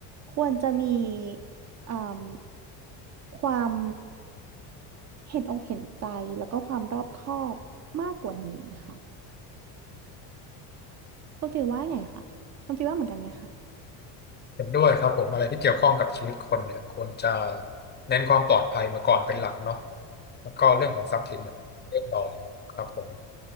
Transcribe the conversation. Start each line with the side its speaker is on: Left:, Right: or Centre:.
Right: ควรจะมีเอ่มความเห็นอกเห็นใจแล้วก็ความรอบคอบมากกว่านี้ค่ะคุณฟิลว่าไงคะคุณฟิลว่าเหมือนกันไหมคะ
Left: เห็นด้วยครับผมอะไรที่เกี่ยวข้องกับชีวิตคนเนี่ยควรจะเน้นความปลอดภัยมาก่อนเป็นหลักเนาะแล้วก็เรื่องของทรัพย์สินเนี่ยเรื่องรองครับผม